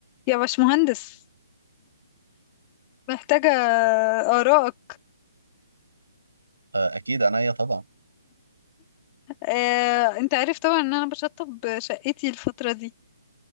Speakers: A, on the left; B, on the right.
A: يا باشمهندس محتاجة آرائك
B: آه، اكيد عينيا طبعا
A: آه، انت عارف طبعا ان انا بشطب شقتي الفترة دي